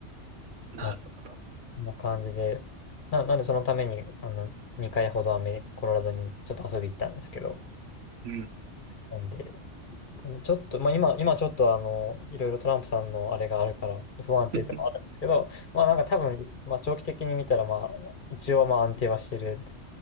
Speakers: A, on the right; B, on the left.
A: なるほ
B: な、こんな感じで、な、なんでそのためにあの2回ほどアメリカ、コロラドにちょっと遊び行ったんですけど、
A: ど。うん。
B: なんで、でもちょっと、まあ、今、今ちょっとあの、いろいろトランプさんのあれがあるから、不安定ではあるんですけど、
A: <laughs>
B: まあなんか多分、まあ長期的に見たら、まあ、一応まあ安定はしてる